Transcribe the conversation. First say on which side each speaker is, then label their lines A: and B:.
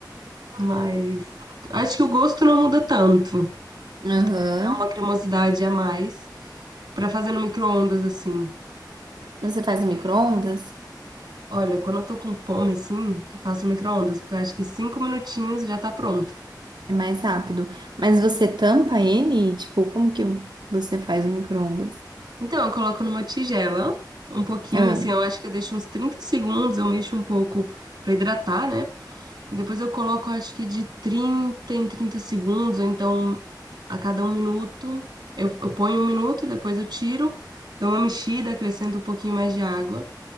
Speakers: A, on the right (about 65°); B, on the right (about 85°).
A: mas acho que o gosto não muda tanto.
B: Aham.
A: Dá uma cremosidade a mais pra fazer no micro-ondas assim.
B: Você faz no micro-ondas?
A: Olha, quando eu tô com fome assim, eu faço no micro-ondas, porque eu acho que cinco minutinhos já tá pronto.
B: É mais rápido. Mas você tampa ele? Tipo, como que você faz no micro-ondas?
A: Então, eu coloco numa tigela um pouquinho,
B: Ah.
A: assim, eu acho que eu deixo uns 30 segundos, eu mexo um pouco pra hidratar, né? Depois eu coloco, acho que de 30 em 30 segundos, ou então a cada um minuto. Eu, eu ponho um minuto, depois eu tiro, dou uma mexida, acrescento um pouquinho mais de água